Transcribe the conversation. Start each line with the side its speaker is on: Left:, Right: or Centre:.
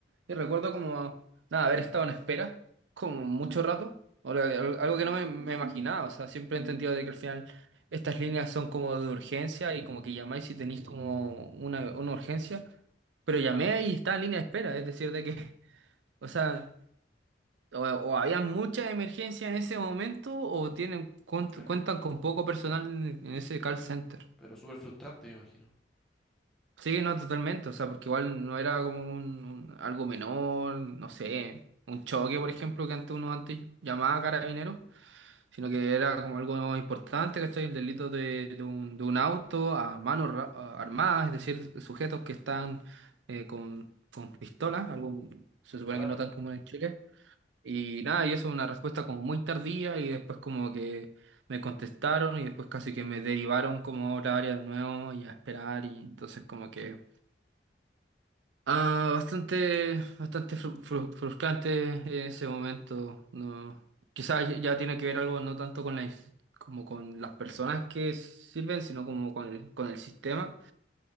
Right: Y recuerdo como, nada, haber estado en espera como mucho rato, o la- al- algo que no me, me imaginaba, o sea, siempre he entendido de que al final estas líneas son como de urgencia y como que llamáis si tenéis como una, una urgencia, pero llamé
Centre: Claro,
Right: y estaba en línea de espera, es decir, de que, <laughs> o sea, o, o había mucha emergencia en ese momento o tienen cuent-
Centre: pero,
Right: cuentan con poco personal en en ese call center.
Centre: pero súper frustrante, me imagino.
Right: Sí, no, totalmente, o sea, porque igual no era como un, un- algo menor, no sé, un choque, por ejemplo, que antes uno antes llamaba carabinero, sino que era como algo importante, ¿cachai? El delito de, de un, de un auto a manos ra- a- armadas, es decir, sujetos que están eh, con, con pistolas, algo se supone
Centre: Claro,
Right: que no tan común en Chile, y nada, y eso es una respuesta como muy tardía y después como que me contestaron y después casi que me derivaron como a otra área de nuevo y a esperar y entonces como que... Ah, bastante, bastante fru- fru- frustrante en ese momento. No, quizás ya tiene que ver algo no tanto con la ins- como con las personas que sirven, sino como con el, con el sistema.